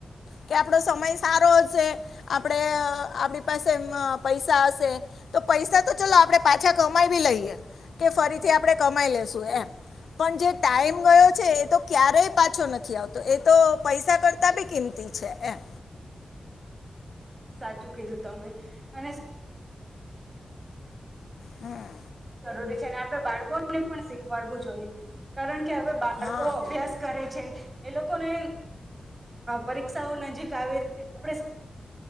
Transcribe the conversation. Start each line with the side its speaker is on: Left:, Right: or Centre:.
Left: કે આપડો સમય સારો હશે. આપડે આપડી પાસે પૈસા હશે. તો પૈસા તો ચલો આપણે પાછા કમાઈ બી લઈએ. કે ફરીથી આપણે કમાઈ લેશું એમ, પણ જે ટાઈમ ગયો છે એ તો ક્યારેય પાછો નથી આવતો, એ તો પૈસા કરતા બી કિંમતી છે એમ
Right: સાચું કીધું તમે અને
Left: હમ્મ
Right: જરૂરી છે. અને આપણે બાળકોને પણ શીખવાડવું જોઈએ કારણ કે હવે બાળકો
Left: હા
Right: અભ્યાસ કરે છે એ લોકોને પરીક્ષાઓ નજીક આવે રહી છે આપ